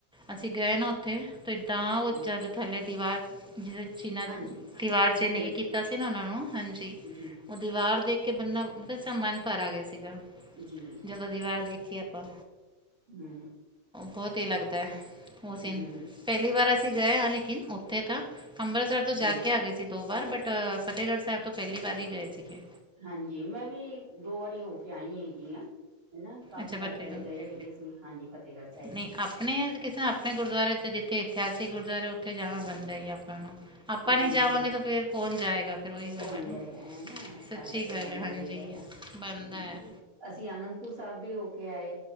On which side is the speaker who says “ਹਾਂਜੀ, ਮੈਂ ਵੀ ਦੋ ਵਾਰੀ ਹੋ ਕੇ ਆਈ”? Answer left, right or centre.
Right